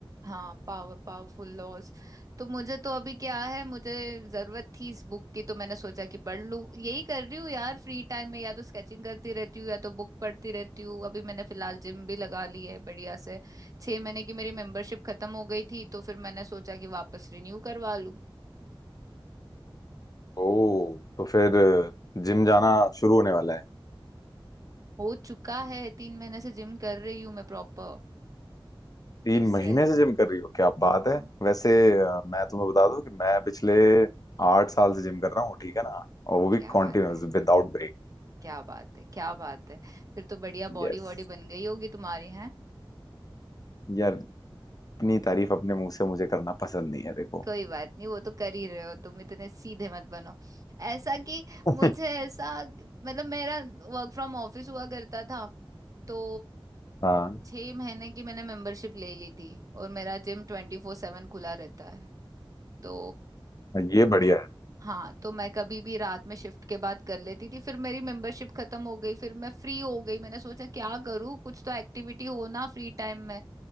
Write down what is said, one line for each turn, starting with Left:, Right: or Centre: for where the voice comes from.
Right: हाँ पावर पावरफुल लॉज तो मुझे तो अभी क्या है मुझे जरूरत थी इस बुक की तो मैंने सोचा कि पढ़ लूँ यही कर रही हूँ यार फ्री टाइम में या तो स्केचिंग करती रहती हूँ या तो बुक पढ़ती रहती हूँ अभी मैंने फिलहाल जिम भी लगा ली है बढ़िया से छह महीने की मेरी मेंबरशिप खत्म हो गई थी तो फिर मैंने सोचा कि वापस रिन्यू करवा लूँ
Left: ओ तो फिर जिम जाना शुरू होने वाला है
Right: हो चुका है तीन महीने से जिम कर रही हूँ मैं प्रॉपर
Left: तीन
Right: फिर से
Left: महीने से जिम कर रही हो क्या बात
Right: हाँ
Left: है वैसे अ, मैं तुम्हें बता दूं कि मैं पिछले आठ साल से जिम कर रहा हूँ ठीक है ना और वो भी
Right: क्या
Left: कॉन्टिन्यूस
Right: बात है
Left: विदाउट ब्रेक
Right: क्या बात है क्या बात है फिर तो बढ़िया बॉडी
Left: यस
Right: वॉडी बन गई होगी तुम्हारी
Left: यार अपनी तारीफ अपने मुंह से मुझे करना पसंद नहीं है देखो
Right: कोई बात नहीं वो तो कर ही रहे हो तुम इतने सीधे मत बनो ऐसा कि
Left: <laughs>
Right: मुझे ऐसा मतलब मेरा वर्क फ्रॉम ऑफिस हुआ करता था तो
Left: हाँ
Right: छह महीने की मैंने मेंबरशिप ले ली थी और मेरा जिम ट्वेंटी फोर सेवन खुला रहता है तो
Left: ये बढ़िया है
Right: हाँ तो मैं कभी भी रात में शिफ्ट के बाद कर लेती थी फिर मेरी मेंबरशिप खत्म हो गई फिर मैं फ्री हो गई मैंने सोचा क्या करूँ कुछ तो एक्टिविटी हो ना फ्री टाइम में